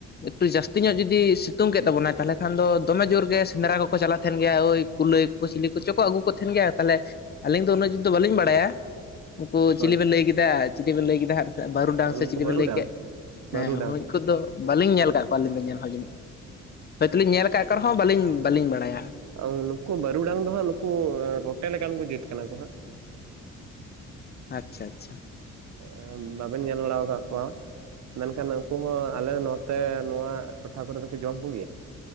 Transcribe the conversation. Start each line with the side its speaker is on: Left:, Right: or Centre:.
Left: ᱮᱠᱴᱩ ᱡᱟᱹᱥᱛᱤ ᱧᱚᱜ ᱡᱩᱫᱤ ᱥᱤᱛᱩᱝ ᱠᱮᱫ ᱛᱟᱵᱚᱱᱟᱭ ᱛᱟᱦᱚᱞ ᱠᱷᱟᱱ ᱫᱚ ᱫᱚᱢᱮ ᱡᱳᱨ ᱜᱮ ᱥᱮᱸᱫᱽᱨᱟ ᱠᱚᱠᱚ ᱪᱟᱞᱟᱜ ᱛᱟᱦᱮᱱ ᱜᱮᱭᱟ ᱳᱭ ᱠᱩᱞᱟᱹᱭ ᱠᱚ ᱪᱤᱞᱤ ᱠᱚᱪᱚ ᱠᱚ ᱟᱹᱜᱩ ᱠᱚ ᱛᱟᱦᱮᱱ ᱜᱮᱭᱟ ᱾ ᱛᱟᱦᱚᱞᱮ ᱟᱹᱞᱤᱧ ᱫᱚ ᱩᱱᱟᱹᱜ ᱡᱩᱫ ᱫᱚ ᱵᱟᱹᱞᱤᱧ ᱵᱟᱲᱟᱭᱟ ᱾ ᱩᱱᱠᱩ ᱪᱤᱞᱤ
Right: ᱦᱳᱭ
Left: ᱵᱤᱱ ᱞᱟᱹᱭ ᱠᱮᱫᱟ ᱪᱤᱞᱤ ᱵᱮᱱ ᱞᱟᱹᱭ ᱠᱮᱫᱟ ᱦᱟᱜ ᱵᱟᱹᱨᱩ ᱰᱟᱝ ᱥᱮ
Right: ᱱᱩᱠᱩ
Left: ᱪᱤᱞᱤ
Right: ᱵᱟᱹᱨᱩᱰᱟᱝ
Left: ᱵᱮᱱ ᱞᱟᱹᱭ <inaudible>
Right: ᱵᱟᱹᱨᱩᱰᱟᱝ
Left: ᱦᱮᱸ ᱦᱩᱭ ᱠᱚᱫᱚ ᱵᱟᱹᱞᱤᱧ ᱧᱮᱞ ᱟᱠᱟᱫ ᱠᱚᱣᱟ ᱟᱹᱞᱤᱧ ᱫᱚ ᱧᱮᱞ ᱦᱚ ᱡᱟᱹᱱᱤᱡ ᱾ <inaudible> ᱦᱳᱭᱛᱚᱞᱤᱧ ᱧᱮᱞ ᱟᱠᱟᱫ ᱠᱚ ᱨᱮᱦᱚᱸ ᱵᱟᱹᱞᱤᱧ ᱵᱟᱹᱞᱤᱧ ᱵᱟᱲᱟᱭᱟ ᱾
Right: ᱩᱸᱻ ᱱᱩᱠᱩ ᱵᱟᱹᱨᱩᱰᱟᱝ ᱫᱚ ᱦᱟᱸᱜ ᱱᱩᱠᱩ ᱨᱚᱴᱮ ᱞᱮᱠᱟᱱ ᱠᱚ ᱡᱟᱹᱛ ᱠᱟᱱᱟ ᱠᱚ ᱦᱟᱸᱜ ᱾
Left: ᱟᱪᱪᱷᱟ ᱟᱪᱪᱷᱟ ᱾
Right: ᱮᱻ ᱵᱟᱵᱤᱱ ᱧᱮᱞ ᱵᱟᱲᱟ ᱟᱠᱟᱫ ᱠᱚᱣᱟ ᱾ ᱢᱮᱱᱠᱷᱟᱱ ᱩᱱᱠᱩ ᱦᱚᱸ ᱟᱞᱮ ᱱᱚᱛᱮ ᱱᱚᱣᱟ ᱴᱚᱴᱷᱟ ᱠᱚᱨᱮ ᱫᱚᱠᱚ ᱡᱚᱢ ᱠᱩ ᱜᱮᱭᱟ ᱾